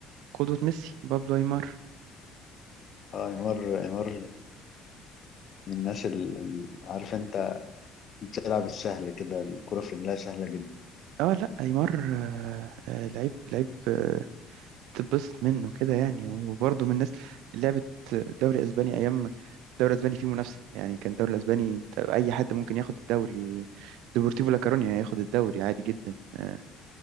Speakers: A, on the right (about 80°); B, on the left (about 45°).
A: قدوة ميسي بابلو ايمار
B: اه عمار عمار من الناس اللي عارف انت بتلعب السهل كده الكرة في رجلها سهلة جدا
A: اه لا ايمار آه، آه، لعيب لعيب آه، تتبسط منه كده يعني وبرضه من الناس اللي لعبت دوري اسباني ايام الدوري الاسباني فيه منافسه يعني كان الدوري الاسباني انت اي حد ممكن ياخد الدوري ديبورتيفو لا كورونيا ياخد الدوري عادي جدا آه،